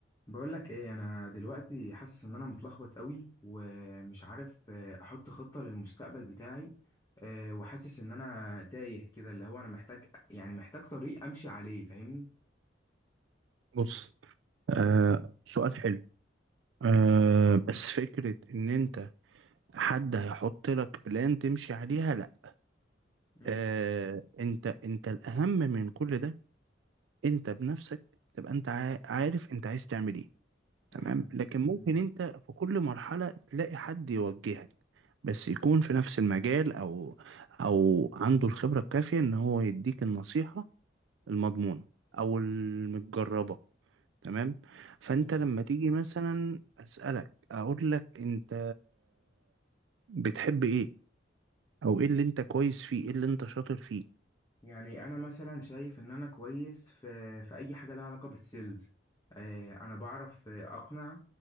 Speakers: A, on the left; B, on the right.
A: بقول لك ايه انا دلوقتي حاسس ان انا متلخبط قوي ومش عارف آه، احط خطة للمستقبل بتاعي آه، وحاسس ان انا تايه كده اللي هو انا محتاج يعني محتاج طريق امشي عليه فاهمني
B: بص آه سؤال حلو آه بس فكرة ان انت حد هيحط لك بلان تمشي عليها لا
A: مم.
B: آه انت انت الاهم من كل ده انت بنفسك تبقى انت عا- عارف انت عايز تعمل ايه تمام
A: مم.
B: لكن ممكن
A: مم.
B: انت في كل مرحلة تلاقي حد يوجهك بس يكون في نفس المجال او او عنده الخبرة الكافية ان هو يديك النصيحة المضمونة أو المتجربة تمام فأنت
A: مم.
B: لما تيجي مثلا أسألك أقول لك أنت بتحب إيه أو إيه اللي أنت كويس فيه إيه اللي أنت شاطر فيه
A: يعني انا مثلا شايف ان انا كويس في في اي حاجة لها علاقة بالسيلز آه، انا بعرف آه، اقنع